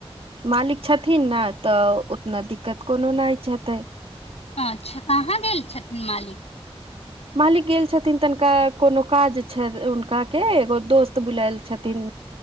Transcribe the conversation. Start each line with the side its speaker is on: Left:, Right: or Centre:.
Right: मालिक छथिन ने तऽ उतना दिक्कत कोनो नाए हेतै
Left: अच्छ कहाँ गेल छथिन मालिक
Right: मालिक गेल छथिन तनका कोनो काज छै हुनका के एगो दोस्त बुलायल छथिन